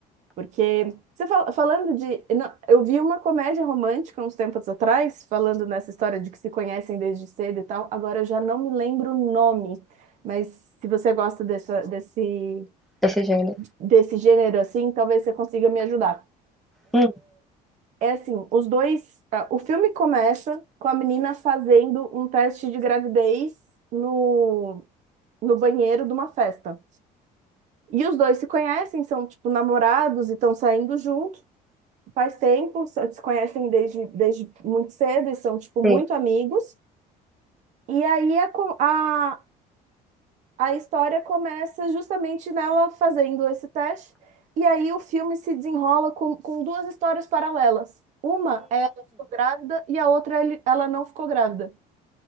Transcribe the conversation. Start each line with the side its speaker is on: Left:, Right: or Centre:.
Right: Porque, você fala- falando de. não, eu vi uma comédia romântica uns tempos atrás, falando nessa história de que se conhecem desde cedo e tal. Agora eu já não me lembro o nome. Mas se você gosta dessa, desse,
Centre: desse gênero.
Right: desse gênero assim, talvez você consiga me ajudar.
Centre: Hum,
Right: É assim, os dois. ah, O filme começa com a menina fazendo um teste de gravidez no, no banheiro de uma festa. E os dois se conhecem, são tipo namorados e estão saindo juntos. faz tempo, se se conhecem desde, desde muito cedo e são tipo muito
Centre: sim.
Right: amigos. E aí a, co- a, A história começa justamente nela fazendo esse teste, e aí o filme se desenrola com, com duas histórias paralelas. Uma é ela ficou grávida e a outra ele- ela não ficou grávida.